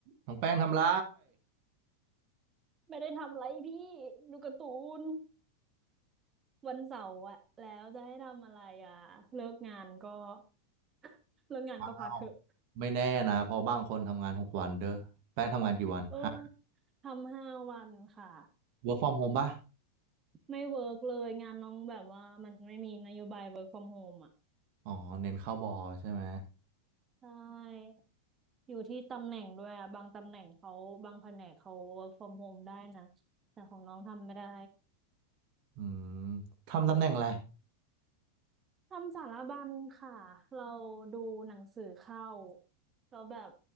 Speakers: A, on the right; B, on the right.
A: น้องแป้งทำไร
B: ไม่ได้ทำอะไรพี่ดูการ์ตูนวันเสาร์อะแล้วจะให้ทำอะไรอะเลิกงานก็ <laughs> เลิกงานก็พักเถอะ
A: เอ้าไม่แน่นะเพอบางคนทำงานหกวันเด้อแป้งทำงานกี่วันฮะ
B: เออทำห้าวันค่ะ
A: work from home ป่ะ
B: ไม่เวิร์กเลยงานน้องแบบว่ามันไม่มีนโยบาย work from home อ่ะ
A: อ๋อเน้นเข้าบอใช่ไหม
B: ใช่อยู่ที่ตำแหน่งด้วยอะบางตำแหน่งเขาบางแผนกเขา work from home ได้นะแต่ของน้องทำไม่ได้
A: อืมทำตำแหน่งอะไร
B: ทำสารบัญค่ะเราดูหนังสือเข้าเราแบบ